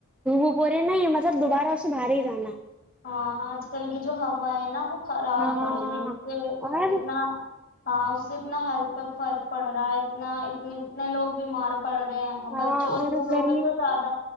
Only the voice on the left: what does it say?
ہاں آج کل کی جو ہوا ہے نا وہ خراب
ہو رہی ہے اس سے
اتنا ہاں اس سے اتنا ہیلتھ پہ فرق پڑ رہا ہے اتنا اتنے اتنے لوگ بیمار پڑھ رہے ہیں
بچوں اور بوڑھوں
پہ تو
زیادہ